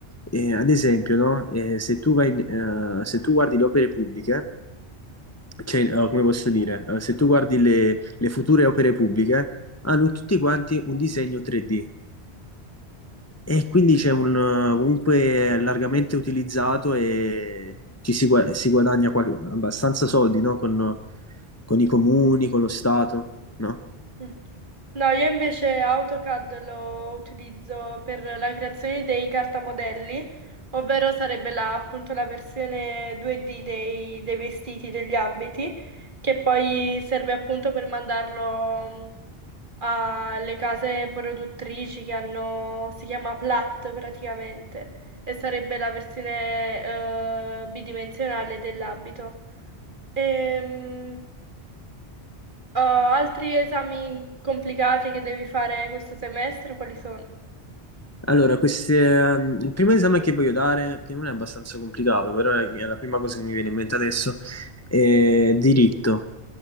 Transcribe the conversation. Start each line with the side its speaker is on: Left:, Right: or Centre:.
Left: eh, ad esempio, no? Eh, se tu vai in- eh, se tu guardi le opere pubbliche, cioè, eh, come posso dire, Eh, se tu guardi le, le future opere pubbliche, hanno tutti quanti un disegno 3D e quindi c'è un eh, comunque largamente utilizzato e ci si, gua- si guadagna qual- abbastanza soldi, no? Con, con i comuni, con lo Stato, no?
Right: Mm. No, io invece AutoCAD lo utilizzo per la creazione dei cartamodelli, ovvero sarebbe la, appunto la versione 2D dei, dei vestiti, degli abiti, che poi serve appunto per mandarlo mh, alle case produttrici che hanno, si chiama Plat praticamente, e sarebbe la versione eh, bidimensionale dell'abito. Ehm, Uh, altri esami complicati che devi fare questo semestre, quali sono?
Left: Allora, queste, ehm, il primo esame che voglio dare, che non è abbastanza complicato, però è, è la prima cosa che mi viene in mente adesso, è diritto.